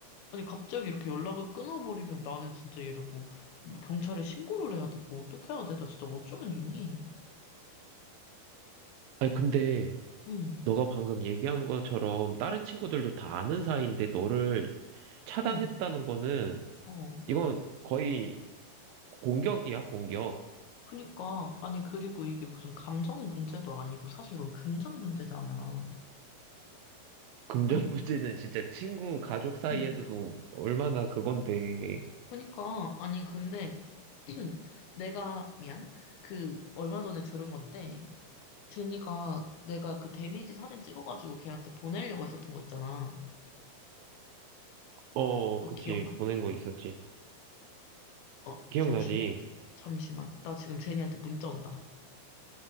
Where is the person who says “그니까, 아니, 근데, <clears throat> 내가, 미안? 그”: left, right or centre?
Left